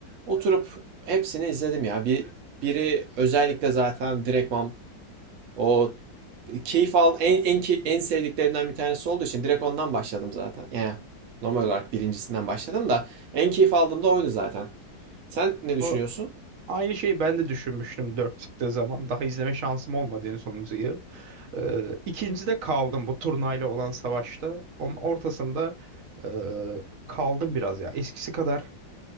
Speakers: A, on the right (about 85°); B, on the right (about 60°).
A: Oturup hepsini izledim ya. Bir biri özellikle zaten direktman o keyif al en en key- en sevdiklerimden bir tanesi olduğu için direkt ondan başladım zaten. Yani normal olarak birincisinden başladım da en keyif aldığım da oydu zaten. Sen ne düşünüyorsun?
B: O, aynı şeyi ben de düşünmüştüm 4 çıktığı zaman. Daha izleme şansım olmadı en sonuncuyu. Ee, ikincide kaldım bu turnayla olan savaşta. Onun ortasında e, kaldım biraz ya. Eskisi kadar